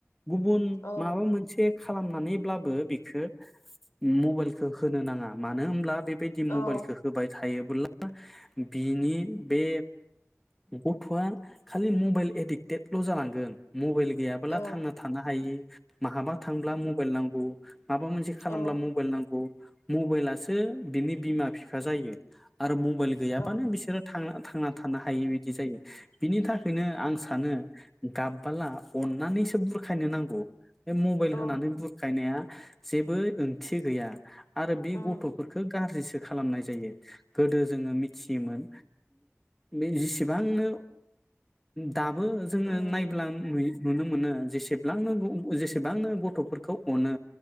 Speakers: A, in the centre; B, on the left.
A: गुबुन
B: औ
A: माबा मोन खालामनानैब्लाबो बेखो मबाइलखो होनो नाङा मानो होमब्ला बेबायदि मबाइलखो
B: औ
A: होबाय था थायोब्ला बिनि बे गथ'आ खालि मबाइल एडिक्टेदल जालांगोन‌। मबाइल गैयाब्ला
B: औ
A: थांना थानो हायै माहाबा। थांब्ला मबाइल नांगौ। माबा मोनसे खालामब्ला
B: औ
A: मबाइल नांगौ। मबाइलासो बिनि बिमा बिफा जायो। आरो मबाइल गैयाबानो
B: औ
A: बिसोरो थांना। थांना थानो हायि बिदि जायो बिनि थाखोयनो आं सानो गाबबाला अननानैसो बुरखायनो नांगौ। बेल
B: औ
A: होनानै बुरखायनाया। जेबो ओंथि गैया। आरो बे
B: उम
A: गथ'फोरखो गाज्रिसो खो खालामनाय जायो गोदो जोङो मिथियोमोन बे जिसेबांनो दाबो जोङो
B: उम
A: नायब्ला नुयो नुनो मोनो जेसेब्लांनांगौ जेसेब बांनो गथ'फोरखौ अनो